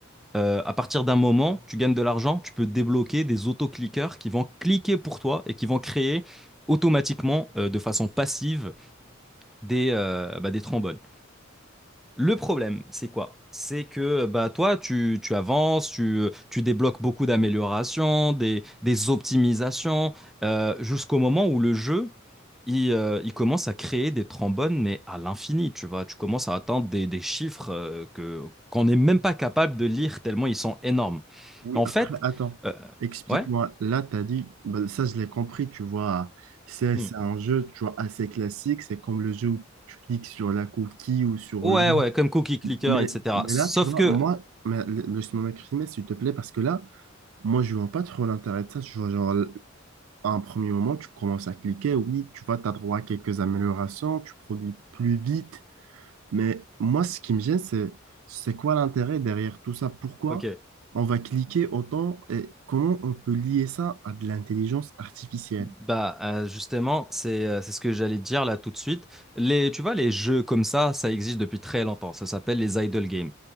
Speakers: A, in the centre; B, on the right.
A: Euh, à partir d'un moment, tu gagnes de l'argent, tu peux débloquer des autocliqueurs qui vont cliquer pour toi et qui vont créer automatiquement, euh, de façon passive, des, euh, bah, des trombones. Le problème, c'est quoi? C'est que bah, toi, tu, tu avances, tu, tu débloques beaucoup d'améliorations, des, des optimisations, euh, jusqu'au moment où le jeu, il, euh, il commence à créer des trombones, mais à l'infini, tu vois. Tu commences à atteindre des, des chiffres euh, que, qu'on n'est même pas capable de lire tellement ils sont énormes.
B: Oui,
A: En
B: après,
A: fait,
B: attends,
A: euh,
B: explique-moi.
A: ouais,
B: Là, tu as dit, ben, ça, je l'ai compris, tu vois, c'est
A: Hmm.
B: c'est un jeu, tu vois, assez classique. C'est comme le jeu où tu cliques sur la cookie ou sur
A: ouais,
B: le.
A: ouais, comme Cookie Clicker,
B: Mais,
A: etc.
B: mais
A: Sauf
B: là, tu vois,
A: que,
B: moi, mais, l- laisse-moi m'exprimer, s'il te plaît, parce que là, moi, je vois pas trop l'intérêt de ça. Tu vois, genre, l- à un premier moment, tu commences à cliquer, oui, tu vois, tu as droit à quelques améliorations, tu produis plus vite, mais moi, ce qui me gêne, c'est c'est quoi l'intérêt derrière tout ça? Pourquoi
A: ok,
B: on va cliquer autant et comment on peut lier ça à de l'intelligence artificielle?
A: Bah euh, justement, c'est euh, c'est ce que j'allais te dire là tout de suite. Les, tu vois, les jeux comme ça, ça existe depuis très longtemps. Ça s'appelle les idle games.